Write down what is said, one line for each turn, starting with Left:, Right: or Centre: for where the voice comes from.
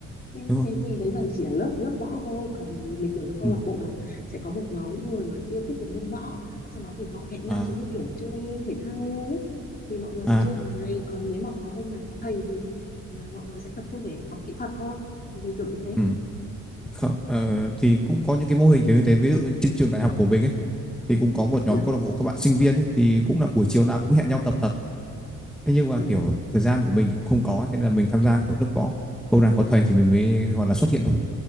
Left: thế,
Centre: đúng rồi
Left: thế thì đấy là chỉ là lớp lớp võ thôi còn mình tưởng là câu
Centre: ừ.
Left: lạc bộ là sẽ có một nhóm những người mà yêu thích cái môn võ sau đó thì họ hẹn nhau
Centre: à
Left: giống như kiểu chơi thể thao ấy thì mọi người
Centre: à
Left: sẽ chơi hàng ngày còn nếu mà có hôm nào có thầy thì ờ, mọi người sẽ tập trung để học kỹ thuật thôi thì mình tưởng như thế
Centre: ừ. Không, ờ, thì cũng có những cái mô hình kiểu như thế ví dụ trên trường đại học của mình ấy thì cũng có một nhóm
Left: ừ
Centre: câu lạc bộ các bạn sinh viên ấy thì cũng là buổi chiều nào cũng hẹn nhau tập thật thế nhưng mà
Left: ừ,
Centre: kiểu thời gian của mình thì cũng không có cho nên là mình tham gia kiểu lớp võ hôm nào có thầy thì mình mới gọi là xuất hiện thôi